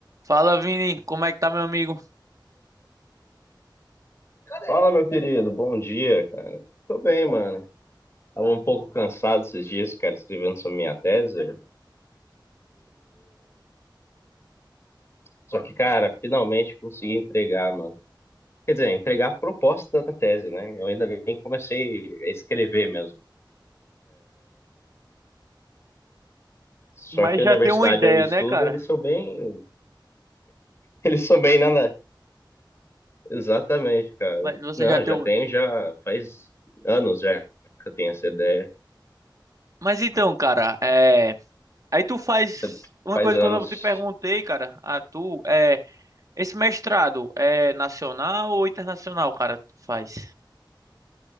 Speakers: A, on the right; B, on the left.
A: Fala, Vini, como é que tá, meu amigo?
B: Fala, meu querido. Bom dia, cara. Tô bem, mano. Tava um pouco cansado esses dias, cara, escrevendo sobre minha tese. Só que, cara, finalmente consegui entregar, mano. Quer dizer, entregar a proposta da tese, né? Eu ainda nem comecei a escrever mesmo. Só
A: Mas
B: que a
A: já
B: universidade
A: tem uma ideia,
B: onde estudo,
A: né, cara?
B: eles são bem. <laughs> Eles são bem nada. Exatamente, cara.
A: Mas você
B: Não,
A: já tem
B: já
A: o...
B: tenho, já faz anos já que eu tenho essa ideia.
A: Mas então, cara, é. Aí tu faz
B: Já
A: uma
B: faz
A: coisa
B: anos.
A: que eu não te perguntei, cara. A tu é esse mestrado é nacional ou internacional, cara? Tu faz